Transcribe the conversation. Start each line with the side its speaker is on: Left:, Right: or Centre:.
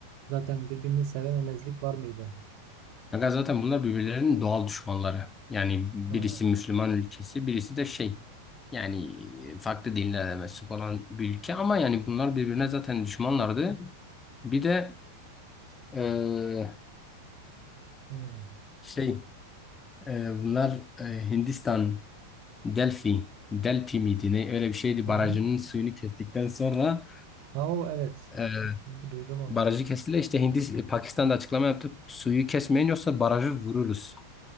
Right: zaten birbirini sevememezlik var mıydı?
Left: Fakat zaten bunlar birbirlerinin doğal düşmanları. Yani birisi
Right: Ha.
Left: Müslüman ülkesi, birisi de şey yani e, farklı dinlere de mensup olan bir ülke ama yani bunlar birbirine zaten düşmanlardı. Bir de eee,
Right: Hmm.
Left: şey eee, bunlar eee, Hindistan Delhi Delhi miydi ne öyle bir şeydi
Right: Ha.
Left: barajının suyunu kestikten sonra
Right: Ha, o evet.
Left: e,
Right: Duydum onu.
Left: Barajı kestiler. İşte Hindi, e, Pakistan'da açıklama yaptı. Suyu kesmeyin yoksa barajı vururuz.